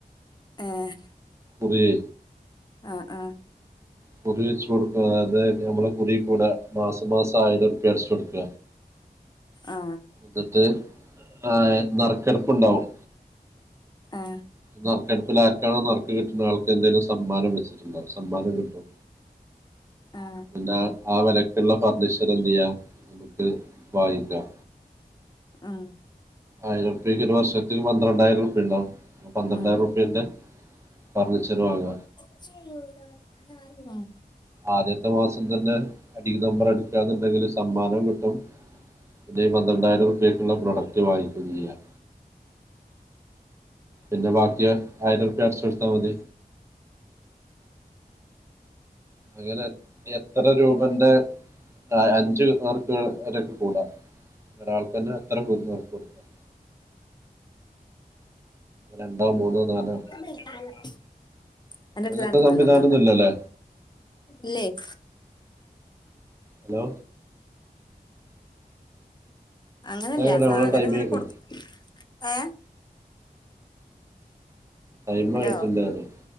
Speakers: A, on the left; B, on the right.
A: ഏഹ്
B: കുറീ
A: ആ ആ
B: കുറിയെച്ചു കൊടുക്ക അതായത് നമ്മൾ കുറി കൂട മാസം മാസം ആയിരപ്പ്യ അടച്ച് കൊടുക്ക.
A: ആ
B: ന്നിട്ട് ആ നറുക്കെടുപ്പ്ണ്ടാവും.
A: ആ
B: നറുക്കെടുപ്പിൽ ആർക്കാണോ നറുക്ക് കിട്ടുണെ ആൾക്ക് എന്തേലും സമ്മാനം വെച്ചിട്ടുണ്ടാവും സമ്മാനം കിട്ടും.
A: ആ
B: പിന്നാ ആ വെലക്കുള്ള ഫർണിച്ചർ എന്തേയ്യ ചെയ്യാ നമുക്ക് വായിക്കാം.
A: ഉം
B: ആയിരർപ്യക്ക് ഒരു വർഷത്ത് പന്ത്രണ്ടായിരം റുപ്പ്യഇണ്ടാവും. പന്ത്രണ്ടായിരം
A: ഉം
B: റുപ്യെന്റെ ഫർണിച്ചർ വാങ്ങ.
A: <inaudible>
B: ആദ്യത്തെ മാസം തന്നെ അടി നമ്പർ അടിക്കന്നുണ്ടെങ്കിൽ സമ്മാനോം കിട്ടും. ഇതേ പന്ത്രണ്ടായിരം ഉറുപ്പേക്കുള്ള പ്രൊഡക്റ്റ് വാങ്ങിക്കു ചെയ്യാം. പിന്നെ ബാക്കി ആയിരംറുപ്യ അടച്ച് കൊട്ത്താ മതി അങ്ങനെയെത്ര രൂപന്റെ ആ അഞ്ച് മാർക്ക് ഒരാക് കൂടാ ഒ ഒരാൾക്കെന്നെ എത്രർക്ക് കൊടുക്കാം <inaudible> രണ്ടോ മൂന്നോ നാലോ
A: <inaudible> അന്റെടുത്ത്
B: അങ്ങനത്തെ
A: രണ്ടർണംല്ലേ
B: സംവിധാനം
A: ഒന്നൊണ്ടാ
B: ഒന്നും ഇല്ലല്ലേ
A: ഇല്ലേയ്
B: ഹലോ
A: അങ്ങനല്ല
B: അതായത് നമ്മളെ
A: സാധനം
B: ടൈം
A: ഇങ്ങനെ
B: ആയിക്കോ
A: കൊടു ഏ
B: ടൈമ്
A: ഹലോ
B: കഴിഞ്ഞിട്ടുണ്ട് റ